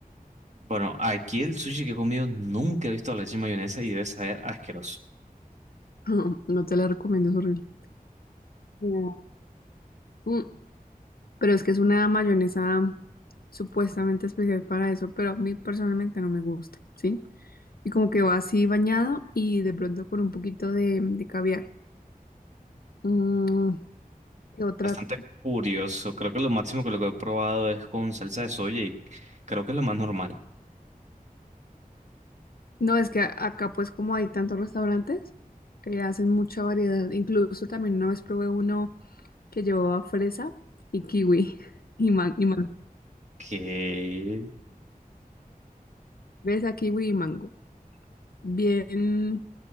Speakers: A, on the right; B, on the left.
A: Bueno, aquí el sushi que he comido nunca he visto la leche y mayonesa y debe saber asqueroso.
B: <laughs> No te la recomiendo, es horrible. No. Mm, Pero es que es una mayonesa supuestamente especial para eso, pero a mí personalmente no me gusta, ¿sí? Y como que va así bañado y de pronto con un poquito de, de caviar. Mm, ¿qué otra?
A: Bastante curioso. Creo que lo máximo que lo que he probado es con salsa de soya y creo que es lo más normal.
B: No, es que a- acá pues como hay tantos restaurantes, eh, hacen mucha variedad. Incluso también una vez probé uno que llevaba fresa y kiwi <laughs> y man- y mango.
A: Que
B: Fresa, kiwi y mango. Bien,